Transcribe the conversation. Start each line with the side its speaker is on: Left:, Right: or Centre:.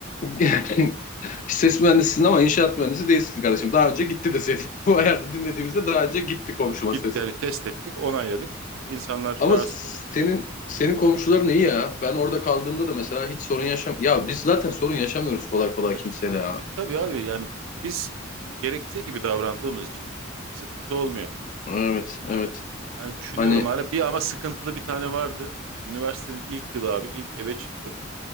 Left: Yani ses mühendisisin ama inşaat mühendisi değilsin kardeşim. Daha önce gitti deseydin. <laughs> Bu ayarda dinlediğimizde daha önce gitti komşuma
Right: Gitti
Left: ses.
Right: yani test ettik onayladık. İnsanlar
Left: Ama
Right: rahatsız
Left: senin
Right: olur.
Left: senin komşuların iyi ya. Ben orada kaldığımda da mesela hiç sorun yaşam... Ya biz zaten sorun yaşamıyoruz kolay kolay
Right: E,
Left: kimseyle ya.
Right: e, tabii abi yani biz gerektiği gibi davrandığımız için sıkıntı olmuyor.
Left: Evet, evet.
Right: Yani düşünüyorum
Left: Hani
Right: hala bir ama sıkıntılı bir tane vardı. Üniversitenin ilk yılı abi ilk eve çıktım.